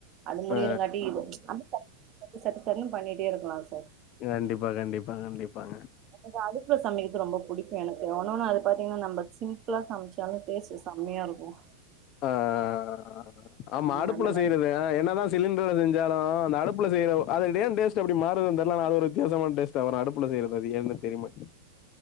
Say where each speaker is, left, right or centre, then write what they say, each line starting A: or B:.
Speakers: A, on the right (about 30°); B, on the left (about 40°).
A: அது முடியருங்காட்டி
B: ஆ
A: இது சட் சட் சட்ன்னு பண்ணிட்டே இருக்கலா சார்
B: கண்டிப்பா கண்டிப்பா கண்டிப்பாங்க
A: ஏன அடுப்புல சமைக்கறது ரொம்ப புடிக்கும் எனக்கு ஒன்ன ஒன்னு அது பாத்தீங்கன்னா நம்ப சிம்புளா சமைச்சாலும் டேஸ்ட் செம்மையா இருக்கும்
B: அ ஆ ஆ ஆமா
A: ம்
B: அடுப்புல
A: அந்த மாரி
B: செய்றது அ என்னதா சிலிண்டர்ல செஞ்சாலு அந்த அடுப்புல செய்யறது அது ஏ டேஸ்ட் அப்டி மாறுதுன் தெரில ஒரு வித்தியாசமான டேஸ்ட்ட. வரும் அடுப்புல செய்யற அது ஏன்னு தெரியமாட்டி